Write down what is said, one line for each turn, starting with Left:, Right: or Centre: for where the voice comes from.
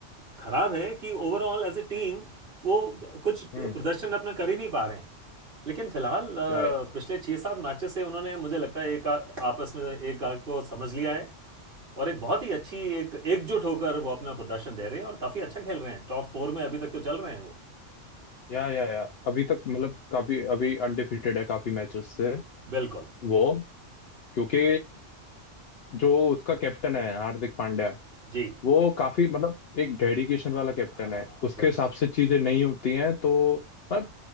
Right: खराब है कि ओवरऑल एज ए टीम वो कुछ
Left: हम्म
Right: प्रदर्शन अपना कर ही नहीं पा रहे हैं लेकिन फिलहाल
Left: या या
Right: पिछले छः सात मैचेस से उन्होंने मुझे लगता है एक आपस में एक आग को समझ लिया है और एक बहुत ही अच्छी एक एकजुट होकर वो अपना प्रदर्शन दे रहे हैं और काफ़ी अच्छा खेल रहे हैं टॉप फोर में अभी तक तो चल रहे हैं वो
Left: या या या अभी तक मतलब काफी अभी अनडिफिटेड है काफी मैचेस से
Right: बिल्कुल
Left: वो क्योंकि जो उसका कैप्टन है हार्दिक पांड्या
Right: जी
Left: वो काफी मतलब एक डेडिकेशन वाला कैप्टन
Right: हाँ
Left: है उसके
Right: बिल्कुल
Left: हिसाब से चीजें नहीं होती हैं तो मतलब